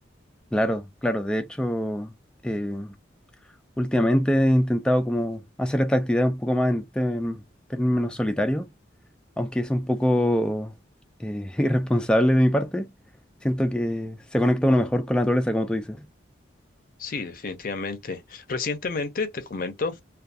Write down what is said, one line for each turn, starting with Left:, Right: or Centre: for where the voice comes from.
Centre: Claro, claro, de hecho, eh, últimamente he intentado como hacer esta actividad un poco más en tem- términos solitarios, aunque es un poco eh, <laughs> irresponsable de mi parte. Siento que se conecta uno mejor con la naturaleza, como tú dices.
Left: Sí, definitivamente. Recientemente, te comento,